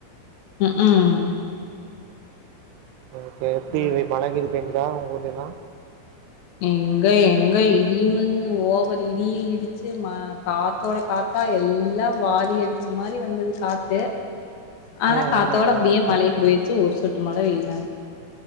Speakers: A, on the left; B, on the right.
A: ம்ஹூம்
B: ஓகே எப்டி
A: நா
B: மழ கீது பேஞ்சுதா உங்க ஊர்லையெல்லா
A: எங்க எங்க இடியமுன்னு ஓவர்ரு இடியு இடிச்சு ம கா காத்தேட காத்தா எல்லா வாரி அடிச்ச மாரி வந்தது காத்து ஆனா
B: ம்
A: காத்தோட
B: ம் ம்
A: அப்டியே மழையு போயிருச்சு ஒரு சொட்டமழை பெயலா